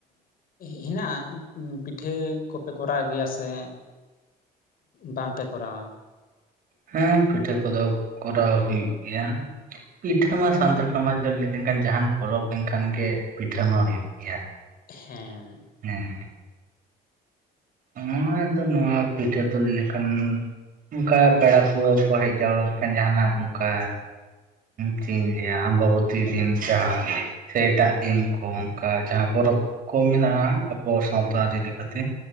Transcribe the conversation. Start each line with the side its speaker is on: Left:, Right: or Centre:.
Left: ᱦᱮᱱᱟᱜᱼᱟ ᱯᱤᱴᱷᱟᱹ ᱠᱚ ᱯᱮ ᱠᱚᱨᱟᱣ ᱜᱮᱭᱟ ᱥᱮ ᱵᱟᱝ ᱯᱮ ᱠᱚᱨᱟᱣᱟ?
Right: ᱦᱮᱸ ᱯᱤᱴᱷᱟᱹ ᱠᱚᱫᱚ ᱠᱚᱨᱟᱣ ᱦᱩᱭᱩᱜ ᱜᱮᱭᱟ᱾ ᱯᱤᱴᱷᱟᱹ ᱢᱟ ᱥᱟᱱᱛᱟᱲ ᱥᱚᱢᱟᱡ ᱨᱮ ᱞᱟᱹᱭ ᱞᱮᱱ ᱠᱷᱟᱱ ᱡᱟᱦᱟᱱ ᱯᱚᱨᱚᱵᱽ ᱞᱮᱱ ᱠᱷᱟᱱ ᱜᱮ ᱯᱤᱴᱷᱟᱹ ᱢᱟ ᱦᱳᱭᱳᱜ, ᱜᱮᱭᱟ᱾
Left: ᱦᱮᱸ,
Right: ᱦᱮᱸ, <unintelligible> ᱱᱚᱣᱟ ᱯᱤᱴᱷᱟᱹ ᱛᱩᱞᱩᱡ ᱞᱮᱠᱷᱟᱱ ᱚᱱᱠᱟ ᱯᱮᱲᱟ ᱯᱟᱹᱲᱦᱟᱹ ᱠᱚ ᱦᱮᱡ ᱡᱟᱣᱨᱟ ᱞᱮᱱ ᱠᱷᱟᱱ ᱡᱟᱦᱱᱟᱜ ᱚᱱᱠᱟ ᱪᱮᱫ ᱤᱧ ᱞᱟᱹᱭᱼᱟ ᱟᱵᱟᱵᱚᱛᱤ ᱫᱤᱱ ᱡᱟᱸᱦᱟ ᱥᱮ ᱮᱴᱟᱜ ᱫᱤᱱ ᱠᱚ ᱚᱱᱠᱟ ᱡᱟᱸᱦᱟ ᱯᱚᱨᱚᱵᱽ ᱠᱚ ᱢᱮᱱᱟᱜᱼᱟ ᱟᱵᱚ ᱥᱟᱶᱛᱟ ᱟᱹᱨᱤ ᱞᱮᱠᱟ ᱛᱮ,